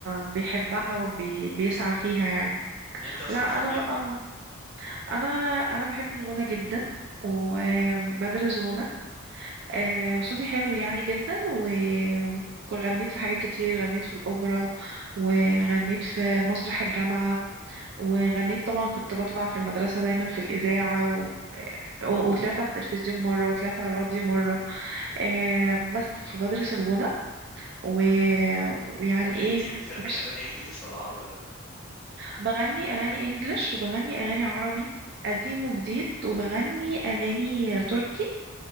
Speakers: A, on the right; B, in the centre.
A: بيحبها وبيسعى فيها يعني
B: انت اصلا
A: لا انا
B: بتحب ايه
A: بقى انا انا بحب الغنى جدا وبدرس غنى آه، صوتي حلو يعني جدا و وغنيت في حاجات كتير غنيت في الأوبرا وغنيت في مسرح الجامعة وغنيت طبعا كنت بطلع في المدرسة دايما في الإذاعة و... و- وطلعت على التلفزيون مرة وطلعت على الراديو مرة آه، بس فبدرس الغنى و... ويعني
B: يعني
A: ايه
B: انت بتغني
A: ماشي
B: اغاني انجليش ولا عربي الاول
A: بغني اغاني انجلش وبغني اغاني عربي قديم وجديد وبغني اغاني تركي